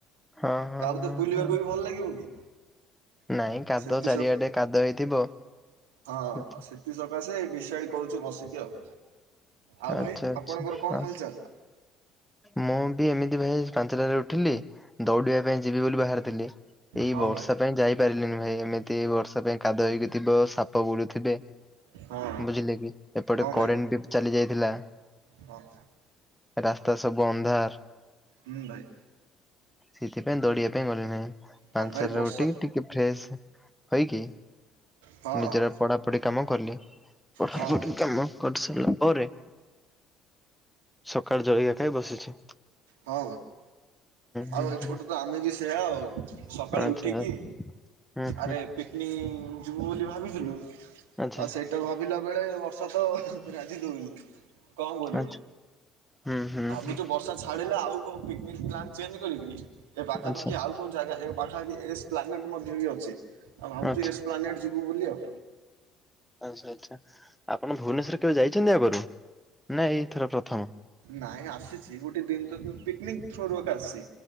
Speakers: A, in the centre; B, on the right.
A: ହଁ ହଁ
B: ତାପେ
A: ହଁ
B: ତ ବୁଲିବାକୁ
A: ହଁ
B: ବି ଭଲ୍ ଲାଗିବ କି?
A: ନାଇଁ କାଦ
B: ସେଥିସ
A: ଚାରିଆଡେ କାଦ ହେଇଥିବ।
B: ହଁ
A: ହୁଁ,
B: ସେଥି ସକାଶେ ଡିସାଇଡ଼୍ କରୁଚୁ ବସିକି ଆଉ, ଆଉ
A: ଆଚ୍ଛା
B: ଭାଇ
A: ଆଚ୍ଛା
B: ଆପଣଙ୍କର କଣ
A: ହଁ,
B: ହାଲ୍ ଚାଲ୍?
A: ମୁଁ ବି ଏମିତି ଭାଇ ପାଞ୍ଚଟାରେ ଉଠିଲି ଦୌଡିବା ପାଇଁ ଯିବି ବୋଲି ବାହାରିଥିଲି। ଏଇ
B: ହଁ
A: ବର୍ଷା
B: ଭାଇ
A: ପାଇଁ ଯାଇପାରିଲିନି ଭାଇ ଏମିତି ବର୍ଷା ପାଇଁ କାଦୁଅ ହେଇକି ଥିବ ସାପ ବୁଲୁଥିବେ।
B: ହଁ
A: ବୁଝିଲେ କି ଏପଟେ
B: ହଁ ଭାଇ
A: କରେଣ୍ଟ୍ ବି ଚାଲି ଯାଇଥିଲା
B: ହଁ।
A: ରାସ୍ତା ସବୁ ଅନ୍ଧାର୍।
B: ହୁଁ ଭାଇ।
A: ସେଥିପାଇଁ ଦୋଉଡିବା ପାଇଁ ଗଲି ନାହିଁ
B: ହଁ
A: ପାଞ୍ଚ୍
B: ଭାଇ
A: ସର୍
B: ବର୍ଷା
A: ରୁ ଉଟିକ ଟିକେ ଫ୍ରେଶ ହୋଇକି
B: ହଁ
A: ନିଜର ପଢାପଢି କାମ କଲି ପଢାପଢି
B: ହଁ ଭାଇ
A: କାମ କରି ସାରିଲା ପରେ ସକାଳ ଜଳିଖିଆ ଖାଇ ବସିଚି।
B: ହଁ
A: ହୁଁ
B: ଆଉ ଏପଟେ
A: ହୁଁ
B: ତ ଆମେ ବି ସେୟଆ ଆଉ ସକାଳୁ
A: ଆଚ୍ଛା
B: ଉଠିକି
A: ହୁଁ ହୁଁ।
B: ଆରେ ପିକ୍ ନିକ୍ ଯିବୁ ବୋଲି ଭାବିଥିଲୁ।
A: ଆଚ୍ଛା
B: ଆଉ ସେଇଟା ଭାବିଲା ବେଳେ ବର୍ଷା ତ ରାଜି ଦୋଉନି କଣ କରିବୁ।
A: ଆଚ୍ଛା ହୁଁ ହୁଁ। ହୁଁ
B: ଏଇ ଯୋଉ ବର୍ଷା ଛାଡ଼ିଲା ଆଉ କଣ ପିକନିକ ପ୍ଲାନ୍ ଚେଞ୍ଜ କରି ଏ ପାଖାପାଖି
A: ଆଚ୍ଛା
B: ଆଉ କୋଉ ଜାଗା ଏ ପାଖାପାଖି ଏସ ପ୍ଲାନେଟ ମଧ୍ୟ ବି ଅଛି। ଆଉ ଭାବୁଛୁ
A: ଆଚ୍ଛା
B: ଏସପ୍ଲାନେଟ ଯ ତୁ ବୋଲି ଆଉ।
A: ଆଛା ଆଚ୍ଛା ଆପଣ ଭୁବନେଶ୍ରରେ କେବେ ଯାଇଛନ୍ତି ଆଗରୁ ନା ଏଇଥର ପ୍ରଥମ?
B: ନାଇଁ ଆସିଛି ଗୋଟେ ଦିନ ତ ପିକନିକ ଥ୍ରୋରୁୁ ଏକ ଆସି